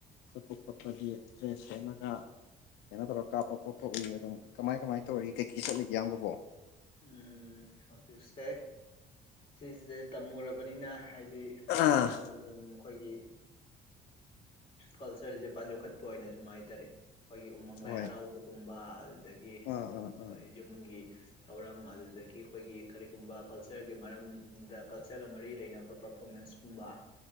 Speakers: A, on the left; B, on the left.
A: ꯈꯣꯄ ꯈꯣꯠꯄꯗꯤ ꯗ꯭ꯔꯦꯁ ꯁꯦꯝꯃꯒ ꯀꯩꯅꯣ ꯇꯧꯔ ꯀꯥꯞꯄ ꯈꯣꯠꯄ ꯎꯏ ꯑꯗꯨꯝ ꯀꯃꯥꯏ ꯀꯃꯥꯏ ꯇꯧꯔꯤꯒ ꯀꯩꯀꯩ ꯆꯠꯂꯤꯒ ꯑꯌꯥꯝꯕꯣ
B: ꯎꯝ ꯍꯧꯖꯤꯛꯁꯦ ꯁꯤꯁꯦ ꯇꯝꯃꯨꯔꯕꯅꯤꯅ ꯍꯥꯏꯗꯤ
A: ꯑꯥ
B: ꯑꯩꯈꯣꯏꯒꯤ ꯀꯜꯆꯔꯁꯦ ꯄꯥ ꯌꯣꯛꯈꯠ ꯄ ꯑꯣꯏꯅ ꯁꯨꯝ ꯍꯥꯏꯇꯥꯔꯦ ꯑꯩꯈꯣꯏꯒꯤ ꯎꯃꯪ ꯂꯥꯏ
A: ꯍꯣꯏ
B: ꯍꯔꯥꯎꯕꯒꯨꯝꯕ ꯑꯗꯨꯗꯒꯤ
A: ꯑꯥ ꯑꯥ ꯑꯥ
B: ꯌꯨꯝꯒꯤ ꯊꯧꯔꯝ ꯑꯗꯨꯗꯒꯤ ꯑꯩꯈꯣꯏꯒꯤ ꯀꯔꯤꯒꯨꯝꯕ ꯀꯜꯆꯔꯒꯤ ꯃꯔꯝꯗ ꯀꯜꯆꯔꯒ ꯃꯔꯤ ꯂꯩꯅꯕ ꯄꯔꯐꯣꯔꯃꯦꯟꯁꯀꯨꯝꯕ